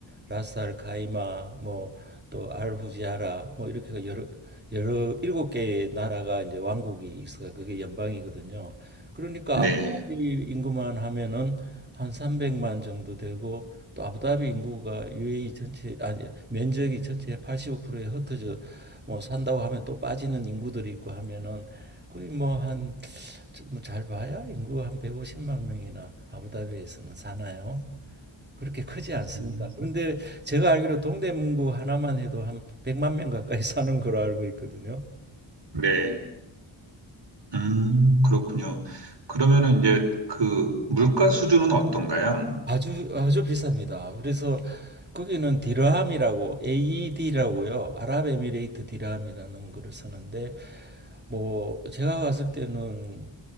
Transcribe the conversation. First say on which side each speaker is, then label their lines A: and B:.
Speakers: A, on the right; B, on the right.
A: 라스알 카이마, 뭐 또 알후지아라 뭐 이렇게 여러 여러 일곱 개의 나라가 이제 왕국이 있어요. 그게 연방이거든요. 그러니까
B: 네.
A: 아부다비 인구만 하면은 한 300만 정도 되고 또 아부다비 인구가 UAE 전체 아니 면적이 전체의 85%에 흩어져 뭐 산다고 하면 또 빠지는 인구들이 있고 하면은 거의 뭐 한 뭐 잘 봐야 인구 한 150만 명이나 아부다비에서는 사나요? 그렇게 크지 않습니다.
B: 음,
A: 그런데 제가 알기로 동대문구 하나만 해도 한 100만 명 가까이 사는 걸로 알고 있거든요.
B: 네. 음, 그렇군요. 그러면은 이제 그 물가 수준은 어떤가요?
A: 아주 아주 비쌉니다. 그래서 거기는 디르함이라고 AED라고요. 아랍에미레이트 디르함이라는 거를 쓰는데 뭐 제가 갔을 때는